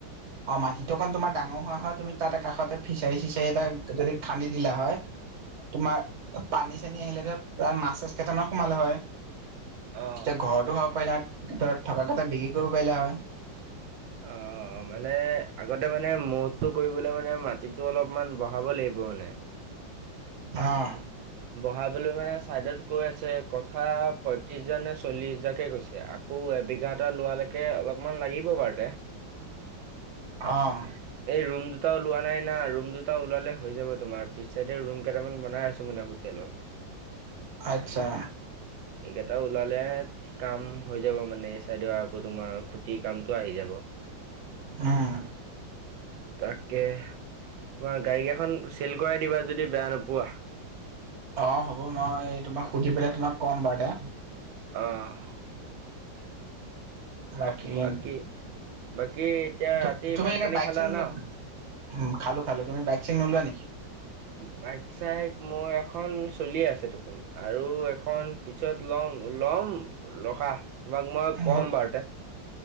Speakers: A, on the right; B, on the right.
A: অ মাটিটো অকন তোমাৰ ডাঙৰ হোৱা হয় তুমি তাত কাষতে ফিচাৰি চিচাৰি এটা যদি খান্দি দিলা হয়
B: <unintelligible>
A: তোমাৰ পানী-চানী আহিলেতে প্ৰায় মাছ-চাছ কেইটামান সোমালে হয়।
B: অ
A: তেতিয়া ঘৰতো খাব পাৰিলা ভিতৰত থকা কথা বিক্ৰী কৰিব পাৰিলা হয়।
B: অঁ অঁ, মানে আগতে মানে মওতটো কৰিবলৈ মানে মাটিটো অলপমান বঢ়াব লাগিব মানে।
A: অঁ।
B: বহাবলো মানে চাইডত কৈ আছে কথা পয়ত্ৰিশ হাজাৰনে চল্লিশ হাজাৰকে কৈছে। আকৌ এবিঘা এটা লোৱালেকে অলপমান লাগিব বাৰু তে
A: অ',
B: এই ৰুম দুটা ওলোৱা নাই না, ৰুম দুটা ওলালে হৈ যাব তোমাৰ। পিছচাইডে ৰুম কেইটামান বনাই আছোঁ মানে হো হোটেলৰ।
A: আতচ্ছা।
B: এইকেইটা ওলালে কাম হৈ যাব মানে এই চাইডৰ আকৌ, তোমাৰ খুঁটিৰ কামটো আহি যাব।
A: উম,
B: তাকে তোমাৰ গাড়ী কেখ খন চেল কৰাই দিবা, যদি বেয়া নোপোৱা।
A: অঁ হ'ব মই তোমাক সুধি পেলাই তোমাক ক'ম বাৰ যে।
B: অঁহ।
A: বাকিলেম
B: বাকী বাকী এতিয়া
A: তু
B: ৰাতি
A: তুমি
B: ভাত
A: এনে
B: পানী
A: বাইক
B: খালা
A: চাইক নোলোৱা?
B: ন
A: উম খালো খালো। তুমি বাইক চাইক নলোৱা নেকি?
B: বাইক- চাইক মই এখন চলিয়ে আছে দেখোন আৰু এখন পিছত লম ল'ম ৰখা, তোমাক মই কম
A: মোৰ
B: বাৰুতে।